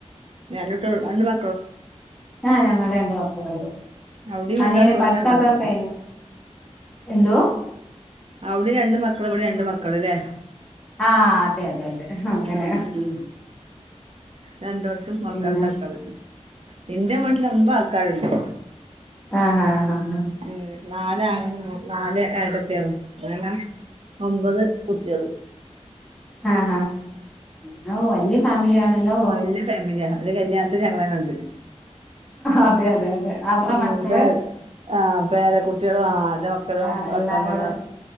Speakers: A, on the right; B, in the centre.
A: ണ്ടിട്ട് രണ്ട് മ
B: ആഹ് ഞങ്ങള് രണ്ട് മക്കളെള്ളു
A: അവിടിം രണ്ട്
B: അനിയന്
A: മക്കളും
B: പടുത്തോക്കെ
A: ഇബടിം രണ്ട് മക്കള്
B: കഴിഞ്ഞു എന്തോ
A: അവിടെയും രണ്ട് മക്കള് എവിടെയും രണ്ട് മക്കള് അല്ലേ
B: ആഹ് അതെ അതെ അതെ അങ്ങനെ
A: ഉം ഉം ഉം രണ്ടോടത്തും മക്കാളരണ്ടാക്കള്
B: പിന്നെ
A: എന്റെ വീട്ടിൽ ഒമ്പ ആൾക്കാരുണ്ട്
B: ആഹ ഹാഹ
A: ഉ നാല് ആണ് നാല് ഏട്ടത്തികള് ഒരെണ്ണം ഒമ്പത് കുട്യോള്
B: ആഹ് ഹഹാ വലിയ ഫാമിലിയാണ് ഹലോ
A: വല്യ ഫാമിലിയാ ഒരു കല്യാണത്തിന് ഞങ്ങളന്നെ ഉണ്ട്
B: അതെ അതെ അതെ അവടെ
A: ഉം
B: മക്കള്
A: പേര ആഹ് പേരെ കുട്ടിയളും ആഹ
B: ആഹ്
A: മക്ക
B: എല്ലാരോടെ
A: അക്ക മന